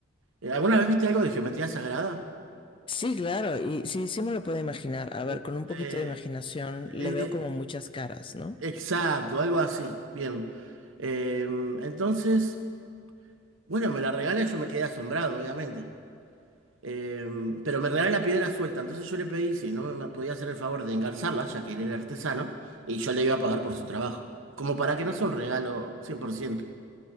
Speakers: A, on the right; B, on the left.
A: eh, ¿Alguna vez viste algo de geometría sagrada?
B: Sí, claro, y sí, sí me lo puedo imaginar. A
A: Uh,
B: ver, con un poquito
A: eh,
B: de imaginación
A: eh,
B: le veo como muchas caras, ¿no?
A: eh, exacto, algo así, bien. Eh, entonces, bueno, me la regala y yo me quedé asombrado, obviamente. Eh, pero me regaló la piedra suelta, entonces yo le pedí si no me podía hacer el favor de engarzarla, ya que él era artesano, y yo le iba a pagar por su trabajo, como para que no sea un regalo cien por ciento